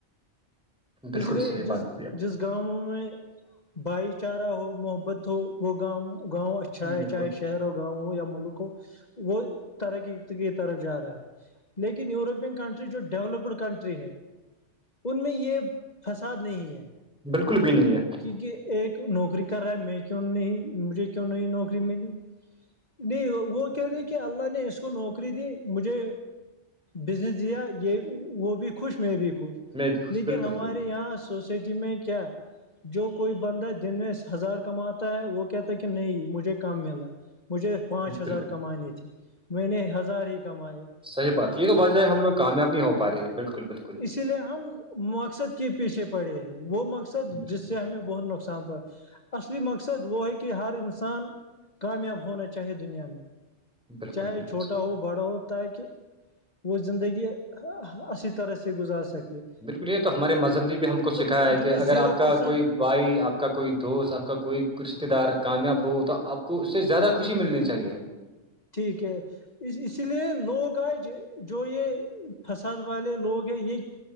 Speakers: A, in the centre; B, on the left (about 35°).
A: بالکل
B: اس لیے
A: صحیح بات
B: جس
A: بولی
B: جس <inaudible> گاؤوں میں بھائی چارہ ہو محبت ہو وہ گاؤ گاؤں
A: آپ
B: چاہے
A: بالکل
B: چاہے شہر ہو گاؤں ہو یا ملک ہو وہ ترقی کی طرف جا رہا ہے لیکن یوروپین کنٹری جو ڈیولپڈ کنٹری ہے ان میں یہ فساد نہیں ہے
A: بالکل بھی نہیں ہے
B: کیونکہ ایک نوکری کر رہا ہے میں کیوں نہیں مجھے کیوں نہیں نوکری ملی نہیں وہ کہتےے کہ اللہ نے اس کو نوکری دی مجھے بزنس دیا یہ وہ بھی خوش میں بھی خوش
A: میں بھی خوش
B: لیکن
A: بالکل
B: ہمارے
A: بالکل
B: یہاں سوسائٹی میں کیا <inaudible> جو کوئی بندہ دن میں ہزار کماتا ہے وہ کہتا ہے کہ نہیں مجھے کم ملا مجھے پانچ
A: بالکل
B: ہزار کمانی تھی میں نے ہزار ہی کماائے
A: صحیح بات یہ تو وجہ ہے ہم لوگ کامیاب نہیں ہو پا رہے ہے بالکل بالکل
B: اس لیے ہم مقصد کے پیچھے پڑے ہیں وہ مقصد
A: بالکل
B: جس میں بہت نقصان پر اصلی مقصد وہ ہے کہ ہر انسان کامیاب ہونا چاہیے دنیا میں
A: بالکل
B: چاہے
A: بالکل
B: چھوٹا
A: صحیح
B: ہو
A: بات
B: بڑا ہو تاکہ وہ زندگی اھی طرح سے گزار سکتی <unintelligible>
A: بالکل یہ تو ہمارے مذہب نے بھی ہم کو سکھایا
B: کنٹری
A: ہے کہ
B: میں
A: اگر
B: زیرو
A: آپ کا
B: پرسینٹ
A: کوئی بھائی آپ کا کوئی دوست آپ کا کوئی رشتے دار کامیاب ہو تو آپ کو اس سے زیادہ خوشی ملنی چاہیے
B: ٹھیک ہے اس اسی لیے لوگ آج جو یہ فساد والے لوگ ہیں یہ